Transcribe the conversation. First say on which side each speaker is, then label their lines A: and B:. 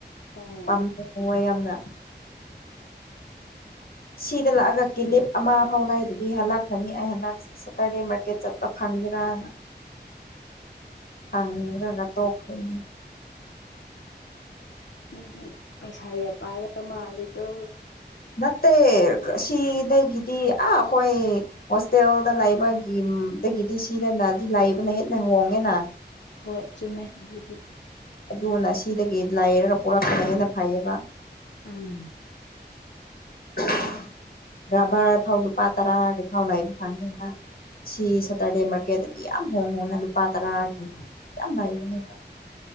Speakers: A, on the left; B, on the left.
A: ꯑꯣ
B: ꯄꯥꯝꯃꯣꯌꯦ <unintelligible> ꯌꯥꯝꯅ ꯁꯤꯗ ꯂꯥꯛꯑꯒ ꯀꯤꯂꯤꯞ ꯑꯃ ꯐꯥꯎ ꯂꯩꯗꯕꯤ ꯍꯜꯂꯛꯈ꯭ꯔꯅꯤ ꯑꯩ ꯍꯟꯗꯛ ꯁ ꯁꯇꯥꯔꯗꯦ ꯃꯥꯔꯀꯦꯠ ꯆꯠꯄ ꯐꯪꯒꯦꯔꯥꯅ ꯐꯪꯗ꯭ꯔꯒ ꯇꯣꯛꯈ꯭ꯔꯅꯤ
A: ꯃꯤꯗꯤ ꯄꯩꯁꯥ ꯌꯥꯝ ꯄꯥꯏꯔ ꯃꯥꯂꯦꯀꯣ
B: ꯅꯠꯇꯦ ꯁꯤꯗꯒꯤꯗꯤ ꯑꯥ ꯍꯣꯏ ꯍꯣꯁꯇꯦꯜꯗ ꯂꯩꯕꯒꯤꯗꯒꯤꯗꯤ ꯁꯤꯗꯅꯗꯤ ꯂꯩꯕꯅ ꯍꯦꯟꯅ ꯍꯣꯡꯉꯦꯅ
A: ꯍꯣꯏ ꯆꯨꯝꯃꯦ ꯗꯨꯗꯤ
B: ꯑꯗꯨꯅ ꯁꯤꯗꯒꯤ ꯂꯩꯔꯒ ꯄꯨꯔꯛꯄꯅ ꯍꯦꯟꯅ ꯐꯩꯌꯦꯕ
A: ꯎꯝ
B: <inaudible> ꯔꯚꯔ ꯐꯥꯎ ꯂꯨꯄꯥ ꯇꯔꯥꯒꯤ ꯐꯥꯎ ꯂꯩꯕ ꯐꯪꯗꯦꯗ ꯁꯤ ꯁꯇꯔꯗꯦ ꯃꯥꯔꯀꯦꯠꯇꯗꯤ ꯌꯥꯝ ꯍꯣꯡ ꯍꯣꯡꯅ ꯂꯨꯄꯥ ꯇꯔꯥꯒꯤ ꯌꯥꯝ ꯂꯩꯕꯅꯦꯕ